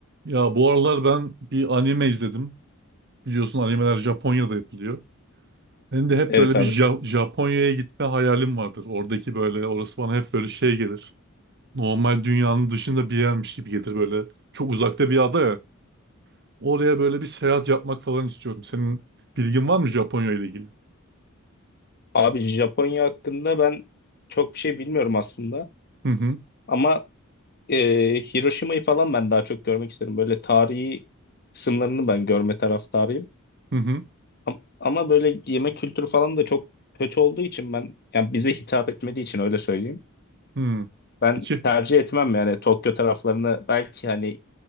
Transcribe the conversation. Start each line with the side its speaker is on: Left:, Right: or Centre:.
Right: Ya bu aralar ben bir anime izledim. Biliyorsun animeler Japonya'da yapılıyor. Benim de hep
Left: Evet
Right: böyle
Left: abi.
Right: bir Ja- Japonya'ya gitme hayalim vardır. Oradaki böyle orası bana hep böyle şey gelir. Normal dünyanın dışında bir yermiş gibi gelir böyle. Çok uzakta bir ada ya. Oraya böyle bir seyahat yapmak falan istiyorum. Senin bilgin var mı Japonya ile ilgili?
Left: Abi Japonya hakkında ben çok bir şey bilmiyorum aslında.
Right: Hı hı.
Left: Ama e, Hiroşima'yı falan ben daha çok görmek isterim. Böyle tarihi kısımlarını ben görme taraftarıyım.
Right: Hı hı.
Left: Ama, ama böyle yemek kültürü falan da çok kötü olduğu için ben yani bize hitap etmediği için öyle söyleyeyim.
Right: Hı.
Left: Ben
Right: İki.
Left: tercih etmem yani Tokyo taraflarını belki hani